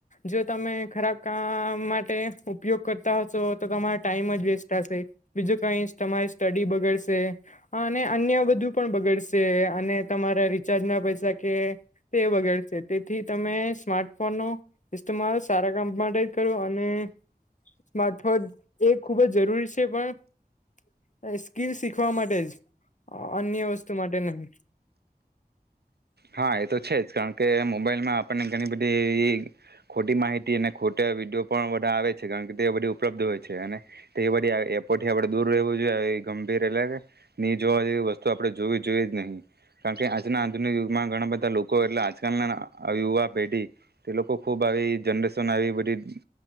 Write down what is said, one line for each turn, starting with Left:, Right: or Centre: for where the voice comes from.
Left: જો તમે ખરાબ કામ માટે ઉપયોગ કરતા હશો તો તમારો ટાઈમ જ વેસ્ટ થાશે બીજું કઈ તમારી સ્ટડી બગડશે. અને અન્ય બધું પણ બગડશે. અને તમારા રિચાર્જ ના પૈસા કે તે બગડશે તેથી તમે સ્માર્ટફોનનો ઇસ્તેમાલ સારા કામ માટે જ કરો અને સ્માર્ટફોન એ ખૂબ જ જરૂરી છે પણ સ્કીલ શીખવા માટે જ અન્ય વસ્તુ માટે નહીં.
Right: હા એ તો છે જ કારણ કે મોબાઈલમાં આપણને ઘણી બધી એવી ખોટી માહિતી અને ખોટા વિડીયો પણ બધા આવે છે કારણ કે તે બધી ઉપલબ્ધ હોય છે અને તે બધી એપોથી આપણે દૂર રહેવું જોઈએ એ ગંભીર એટલે ની જોવા જેવી વસ્તુ આપણે જોવી જોઈએ જ નહીં કારણકે આજના આધુનિક માં ઘણા બધા લોકો એટલે આજકાલના યુવા પેઢી તે લોકો ખૂબ આવી જનરેશન આવી બધી